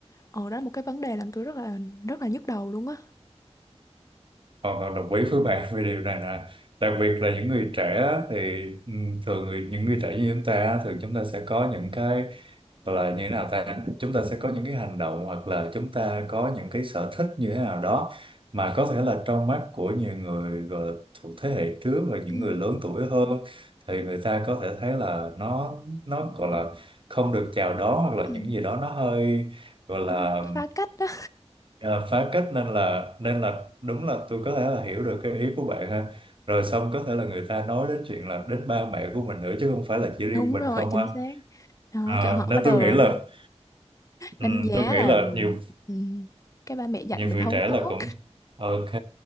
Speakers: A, on the left (about 30°); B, on the right (about 50°).
A: Ờ đó là một cái vấn đề làm tôi rất là rất là nhức đầu luôn á.
B: Hoàn toàn đồng ý với bạn về điều này nè đặc biệt là những người trẻ á, thì ừ, thường người, những người trẻ như chúng ta á, thường chúng ta sẽ có những cái gọi là như thế nào ta chúng ta sẽ có những cái hành động hoặc là chúng ta có những cái sở thích như thế nào đó mà có thể là trong mắt của nhiều người gọi là thuộc thế hệ trước và những
A: Ừ.
B: người lớn tuổi hơn thì người ta có thể thấy là nó nó gọi là không được chào đón hoặc là
A: Ừ.
B: những gì đó nó hơi gọi là
A: Nó nó phá cách đó.
B: À, phá cách nên là nên là đúng là tôi có thể là hiểu được cái ý của bạn ha rồi xong có thể là người ta nói đến chuyện là đến ba mẹ của mình nữa chứ không phải là chỉ
A: Đúng
B: riêng mình
A: rồi,
B: không
A: chính
B: ha
A: xác. Đó,
B: à,
A: kiểu họ
B: nên
A: bắt đầu
B: tôi nghĩ là ừm,
A: đánh giá
B: tôi nghĩ
A: là
B: là nhiều
A: ừm, cái ba mẹ dạy
B: nhiều
A: mình
B: người
A: không
B: trẻ
A: tốt.
B: là cũng ok